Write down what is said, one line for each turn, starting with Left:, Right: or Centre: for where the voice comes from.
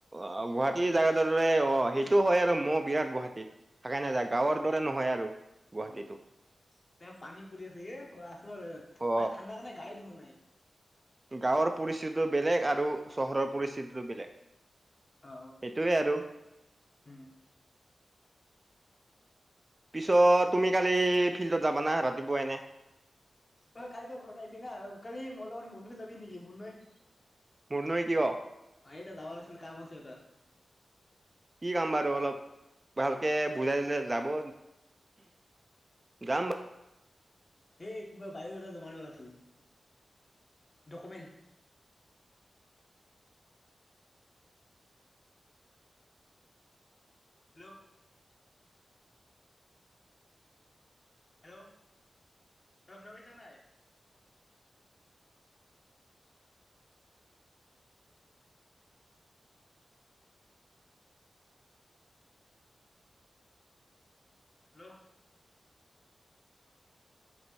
Right: অ' গুৱাহাটী জাগা দৰে অ' সেইটো হয় আৰু মহ বিৰাট গুৱাহাটীত, থাকা নাযায়, গাঁৱৰ দৰে নহয় আৰু। গুৱাহাটীটো
Left: উম, তেওঁ পানী পৰি আছে এ, <unintelligible>
Right: অ
Left: ঠাণ্ডা কাৰণে গায়ে ধূৱা নাই।
Right: গাঁৱৰ পৰিস্থিতি বেলেগ আৰু চহৰৰ পৰিস্থিতিটো বেলেগ,
Left: অ
Right: সেইটোৱে আৰু।
Left: উম
Right: পিছত, তুমি কালি ফিল্ডত যাবা না ৰাতিপুৱা এনে
Left: তই কাইলৈ ঘৰত আহিবি না, কালি মৰ লগত মৰ যাবি নেকি ম'ৰনৈ?
Right: মোৰ নৈ
Left: <inaudible>
Right: কিয়
Left: কেটা?
Right: <unintelligible> বাৰু অলপ ভালকে বুজাই দিলে যাব, যাম বাৰু।
Left: হেই কিবা বায়'দাতা জমা দিব লাগছিল, ডকুমেণ্ট। <inaudible> হেল্ল', অ' শুনা পাইছ নাই? হেল্ল'?